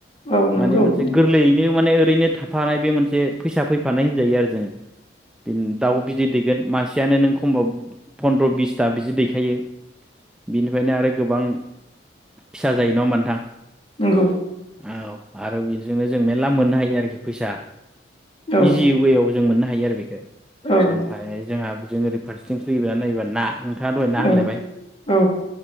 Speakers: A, on the left (about 30°); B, in the centre.
A: औ नंगौ
B: माने मोनसे गोरलैयैनो माने ओरैनो थाफानाय बे मोनसे फैसा फैफानाय होनजायो आरो जों दाउ बिदै दैगोन म फिसायानो नों खमबाबो फनन्द्र' बिसथा बिदि दैखायो बिनिफ्रायनो आरो गोबां फिसा जायो नङा होमबा नोंथां।
A: नंगौ।
B: औ आरो बेदिजोंनो जों मेर्ला मोननो हायो आरोखि फैसा
A: औ
B: इजि वेयाव जों मोननो हायो आरो बेखौ
A: औ
B: ओमफ्राय जोंहा बे जों ओरै फारसेथि फैना नायोबा ना नोंथाङा दहाय ना होनलायबाय।
A: औ औ